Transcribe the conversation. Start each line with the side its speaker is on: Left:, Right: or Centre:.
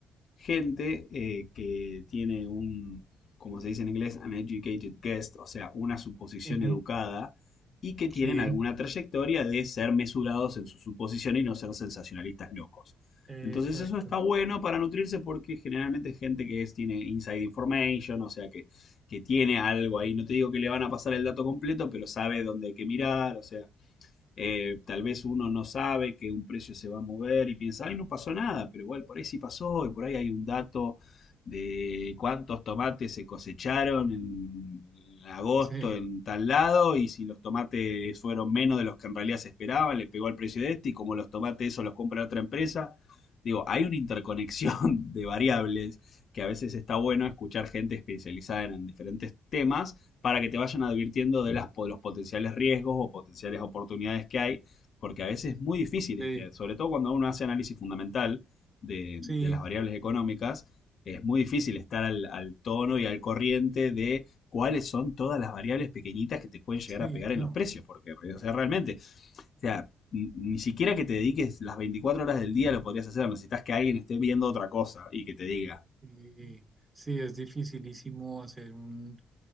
Left: gente eh, que tiene un, como se dice en inglés, an educated guest, o sea, una suposición
Right: Ujú,
Left: educada, y que
Right: Sí,
Left: tienen alguna trayectoria de ser mesurados en su suposición y no ser sensacionalistas locos.
Right: exacto.
Left: Entonces eso está bueno para nutrirse porque generalmente es gente que es- tiene inside information, o sea que, que tiene algo ahí. No te digo que le van a pasar el dato completo, pero sabe dónde hay que mirar, o sea, eh, tal vez uno no sabe que un precio se va a mover y piensa, ay, no pasó nada, pero igual por ahí sí pasó y por ahí hay un dato de cuántos tomates se cosecharon en agosto
Right: Sí,
Left: en tal lado y si los tomates fueron menos de los que en realidad se esperaban, le pegó al precio de este y como los tomates eso los compra otra empresa. Digo, hay una interconexión <laughs> de variables que a veces está bueno escuchar gente especializada en diferentes temas para que te vayan advirtiendo de las, de los potenciales riesgos o potenciales oportunidades que hay, porque a veces es muy difícil,
Right: sí,
Left: este, sobre todo cuando uno hace análisis fundamental de,
Right: sí,
Left: de las variables económicas, es muy difícil estar al, al, tono y al corriente de cuáles son todas las variables pequeñitas que te pueden llegar
Right: sí,
Left: a pegar
Right: no.
Left: en los precios, porque o sea, realmente, o sea, ni siquiera que te dediques las 24 horas del día lo podrías hacer, necesitas que alguien esté viendo otra cosa y que te diga,
Right: Sí, sí, es dificilísimo hacer un,